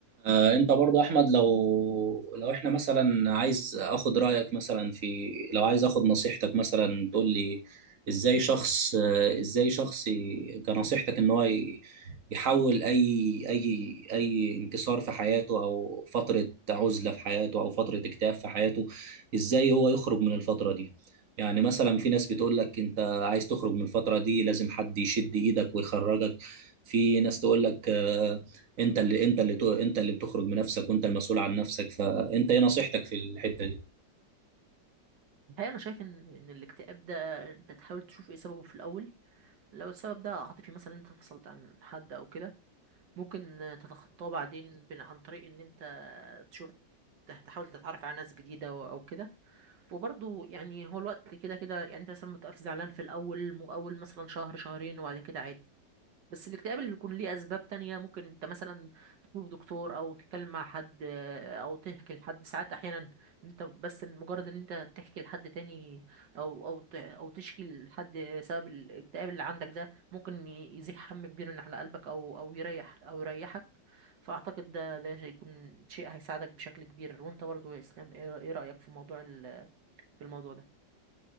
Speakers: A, on the right; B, on the right.
A: آه، انت برضو احمد لو لو احنا مثلا عايز اخد رايك مثلا في لو عايز اخد نصيحتك مثلا تقول لي ازاي شخص آه، ازاي شخص ي- كنصيحتك ان هو ي- يحول اي اي اي انكسار في حياته او فتره عزله في حياته او فتره اكتئاب في حياته ازاي هو يخرج من الفتره دي يعني مثلا في ناس بتقول لك انت عايز تخرج من الفتره دي لازم حد يشد ايدك ويخرجك في ناس تقول لك آه، انت اللي انت اللي تو- انت اللي بتخرج بنفسك وانت المسؤول عن نفسك فانت ايه نصيحتك في الحتة دي
B: الحقيقة أنا شايف إن إن الاكتئاب ده أنت تحاول تشوف إيه سببه في الأول لو السبب ده عاطفي مثلا أنت فصلت عن حد أو كده ممكن تتخطاه بعدين بن- عن طريق إن أنت تشوف تح- تحاول تتعرف على ناس جديدة أو أو كده وبرضه يعني هو الوقت كده كده يعني أنت مثلا بتبقى زعلان في الأول م- أول مثلا شهر شهرين وبعد كده عادي بس الاكتئاب اللي بيكون ليه اسباب تانية ممكن انت مثلا تزور دكتور او تتكلم مع حد آه، او تحكي لحد ساعات احيانا انت بس مجرد ان انت تحكي لحد تاني او او ت- او تشكي لحد سبب الاكتئاب اللي عندك ده ممكن ي- يزيح هم كبير من على قلبك او او يريح او يريحك فاعتقد ده ده هيكون شيء هيساعدك بشكل كبير وانت برضه يا اسلام ايه إيه رأيك في موضوع ال- في الموضوع ده